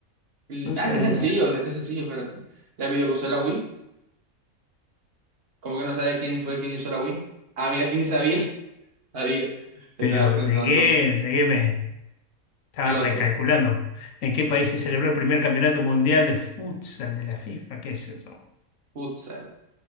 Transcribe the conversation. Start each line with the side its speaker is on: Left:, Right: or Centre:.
Right: El-
Left: produce
Right: Ah, este
Left: la había
Right: es sencillo, este es sencillo, espérate. La videoconsola Wii. ¿Cómo que no sabes quién fue quien hizo la Wii? Ah, mira, aquí sí sabías. <laughs> Sabía. Estaba
Left: Pero
Right: pensando
Left: llegué, llegué, me estaba
Right: el otro.
Left: recalculando en qué país se celebró el primer campeonato mundial de futsal de la FIFA. ¿Qué es eso?
Right: Futsal.